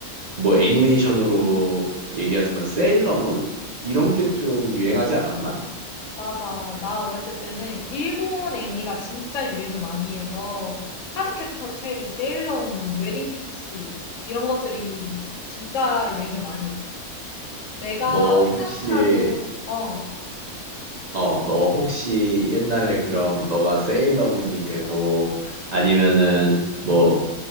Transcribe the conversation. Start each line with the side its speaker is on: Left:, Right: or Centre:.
Right: 뭐 애니메이션으로 얘기하자면 세일러문 이런 게 좀 유행하지 않았나?
Left: 맞아. 나 어렸을 때는 일본 애니가 진짜 유행을 많이 해서 카드캡터 체리, 세일러문, 웨딩 피치 이런 것들이 진짜 유행을 많이 했지. 내가
Right: 너
Left: 생각나는
Right: 혹시
Left: 어,
Right: 어 너 혹시 옛날에 그럼 너가 세일러문이 되고 아니면은 뭐